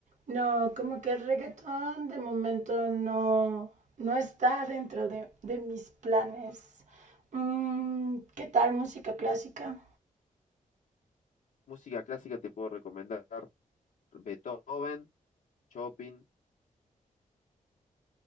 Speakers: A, on the right (about 60°); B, on the left (about 80°).
A: no, como que el reggaetón de momento no, no está dentro de, de mis planes. Mm, ¿qué tal música clásica?
B: Música clásica te puedo recomendar Beethoven, Chopin